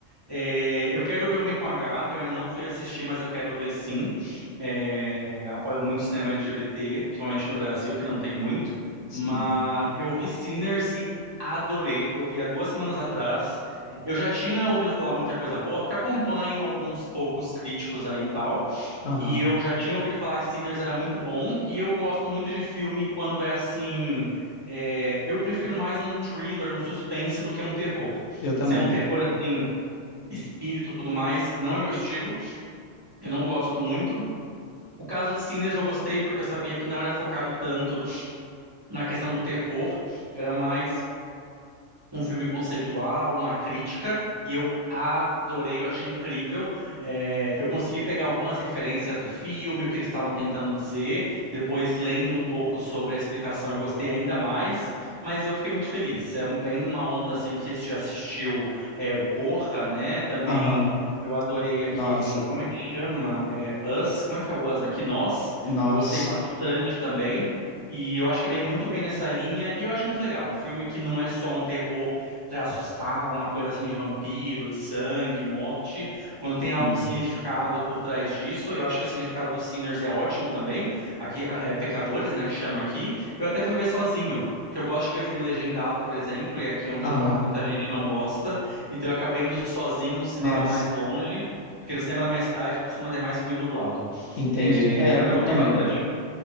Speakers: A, on the right; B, on the left.
A: É, eu quero ver Homem com H, eu ainda não fui assistir, mas eu quero ver sim. É, apoio muito o cinema LGBT, principalmente no Brasil, que não tem muito.
B: Sim.
A: Mas eu vi Sinners e adorei. Eu vi há duas semanas atrás. Eu já tinha ouvido falar muita coisa boa, porque acompanho alguns poucos críticos aí e tal.
B: Aham.
A: E eu já tinha ouvido falar que Sinners era muito bom. E eu gosto muito de filme quando é assim. é, eu prefiro mais um thriller, um suspense do que um terror.
B: Eu também.
A: Se é um terror assim espírito e tudo mais. Não é meu estilo, eu não gosto muito. O caso de Sinners eu gostei porque eu sabia que não era focado tanto na questão do terror, era mais um filme conceitual, uma crítica, e eu adorei, eu achei incrível. É, eu consegui pegar algumas referências do filme, o que eles estavam tentando dizer, depois lendo um pouco sobre a explicação, eu gostei ainda mais, mas eu fiquei muito feliz. É, um, vem numa onda assim, não sei se você já assistiu é, o Corra, né? Também.
B: Aham.
A: Eu adorei aquele,
B: Nossa,
A: como é que chama? É, Us, como é que é o Us aqui? Nós.
B: Nós.
A: Eu gostei bastante também. E eu acho que vem muito bem nessa linha, e eu acho muito legal. Um filme que não é só um terror pra assustar, uma coisa assim de vampiro, de sangue, morte. Quando tem algum
B: Hum.
A: significado por trás disso, eu acho que o significado do Sinners é ótimo também. Aqui, a- é Pecadores, né, que chama aqui. Eu até fui ver sozinho, porque eu gosto de ver filme legendado, por exemplo, e aqui onde eu
B: Aham.
A: moro muita gente não gosta. Então eu acabei indo sozinho no cinema
B: Nossa.
A: mais longe, porque no cinema da minha cidade costuma ter mais filme dublado.
B: Entendi.
A: É,
B: É,
A: mas
B: aqui
A: eu gostei
B: também.
A: bastante.